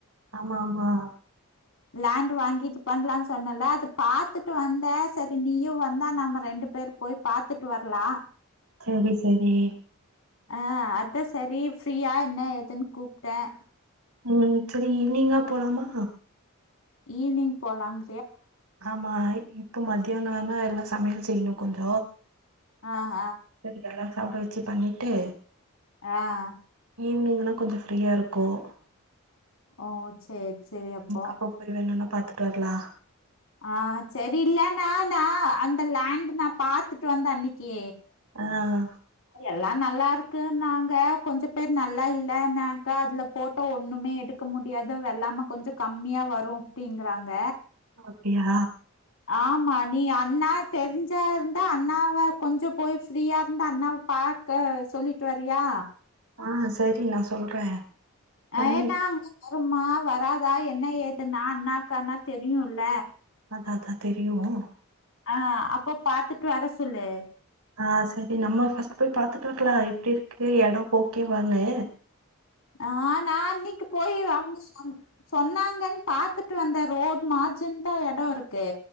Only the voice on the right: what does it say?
ஆமா ஆமா
செரி செரி
உம் சரி ஈவினிங்கா போலாமா
ஆமாய் இப்ப மத்தியானம்னா எல்லாம் சமையல் செய்யணும் கொஞ்ச
சரியல்லா சாப்பிட வச்சு பஜ்ஜி பண்ணிட்டு
ஈவினிங்னா கொஞ்ச ஃப்ரீயா இருக்கும்
அப்ப போய் வேணுனா பாத்துட்டு வரலா
ஆஹ்
அப்படியா
ஆஹ் சரி நா சொல்றே நம்ம
அதா தெரியும்
ஆஹ் சரி நம்ம ஃபர்ஸ்ட் போய் பாத்துட்டு வரலாம் எப்படி இருக்கு இடம் ஓகேவானு